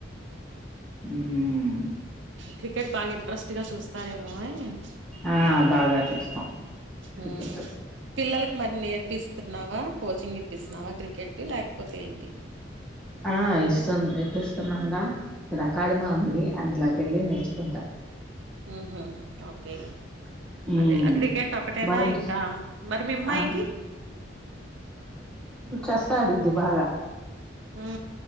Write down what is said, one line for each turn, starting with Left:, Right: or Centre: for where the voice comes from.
Centre: ఉమ్
Right: క్రికెట్ బాగా ఇంట్రెస్ట్గా చూస్త తారెమో <unintelligible>
Centre: ఆ బాగా చూస్తాం క్రికెట్
Right: ఉమ్ పిల్లలకి మరి నేర్పిస్తున్నావా కోచింగ్ ఇప్పిస్తున్నావా క్రికెట్ లేకపోతే ఏంటి
Centre: ఆ ఇష్ట పటిస్తున్నాంగా ఇక్కడ అకాడమా ఉంది అందులోకి వెళ్ళి నేర్చుకుంటారు
Right: ఉహూ హు ఓకే
Centre: ఉమ్
Right: అదే అ క్రికెట్ ఒకటేనా
Centre: బాగా అనిపిస్
Right: ఇంకా మరి మీ అమ్మాయికి
Centre: ఆ చస్ ఆద్ది బాగా
Right: ఉ